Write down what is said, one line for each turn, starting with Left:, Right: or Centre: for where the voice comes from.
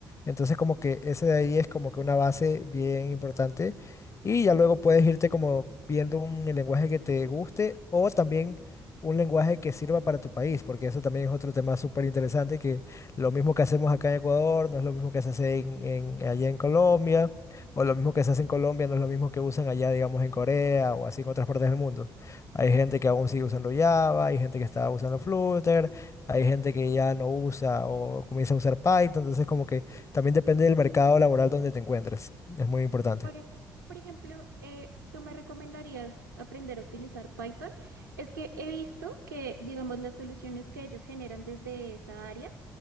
Left: Entonces como que ese de ahí es como que una base bien importante y ya luego puedes irte como viendo un lenguaje que te guste o también un lenguaje que sirva para tu país, porque eso también es otro tema súper interesante que lo mismo que hacemos acá en Ecuador no es lo mismo que se hace en, en- allá en Colombia o lo mismo que se hace en Colombia no es lo mismo que usan allá, digamos, en Corea o así en otras partes del mundo. Hay gente que aún sigue usando Java, hay gente que está usando Flutter, hay gente que ya no usa o comienza a usar Python. Entonces, como que también depende del mercado laboral donde te encuentres. Es muy importante.
Right: Por, e- por ejemplo, eh, ¿tú me recomendarías aprender a utilizar Python? Es que he visto que, digamos, las soluciones que ellos generan desde esa área